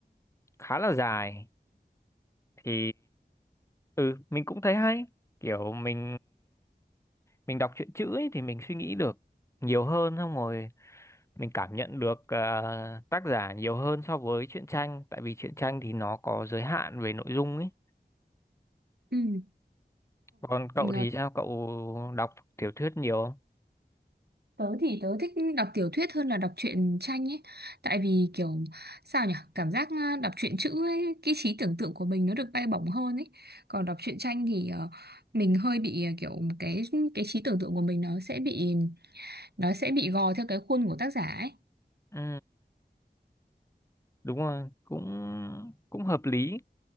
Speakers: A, on the left (about 15°); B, on the right (about 70°).
A: khá là dài thì ừ mình cũng thấy hay kiểu mình mình đọc truyện chữ ấy thì mình suy nghĩ được nhiều hơn xong rồi mình cảm nhận được ờ, tác giả nhiều hơn so với truyện tranh tại vì truyện tranh thì nó có giới hạn về nội dung ấy
B: ừ
A: Còn cậu
B: Ừ.
A: thì sao? Cậu đọc tiểu thuyết nhiều không?
B: Tớ thì tớ thích đọc tiểu thuyết hơn là đọc truyện tranh ấy. Tại vì kiểu sao nhỉ? Cảm giác à, đọc truyện chữ ấy, cái trí tưởng tượng của mình nó được bay bổng hơn ấy. Còn đọc truyện tranh thì ờ, mình hơi bị à, kiểu cái cái trí tưởng tượng của mình nó sẽ bị nó sẽ bị gò theo cái khuôn của tác giả ấy.
A: Ừ, đúng rồi, cũng cũng hợp lý.